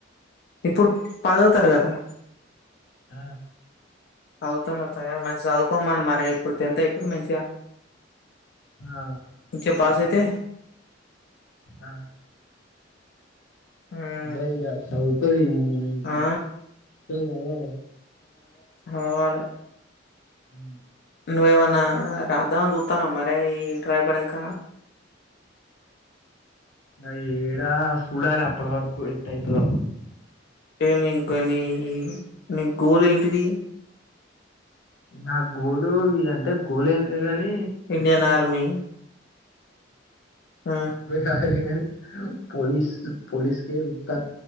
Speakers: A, on the left (about 60°); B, on the left (about 85°).
A: ఇప్పుడు పదోతరగతా
B: ఆ
A: చదువుతారు అవుతా మంచిగ చదువుకోమని మరి ఇప్పుడు టెన్త్ అయిపో మంచిగా
B: ఆ
A: చిగ పాస్ అయితే
B: ఆ
A: ఉమ్
B: <unintelligible> చదువుకో ఈ
A: ఆ
B: కాయాల
A: హవాలా
B: హ
A: నువ్వేమన్నా రాద్దాం అని చూత్తాన మరి ఇంటర్ అయిపోయినంక
B: ఏడా సూడాల అప్పడు వరకు ఎట్టయిద్దో
A: ఏ నీ గొనీ నీ గోల్ ఏంటిది
B: నా గోలు అంటే గోల్ ఏం లేదు అని
A: ఇండియన్ ఆర్మీ ఆ
B: ఇ కాాలను పోలీసు పోలీసు కేత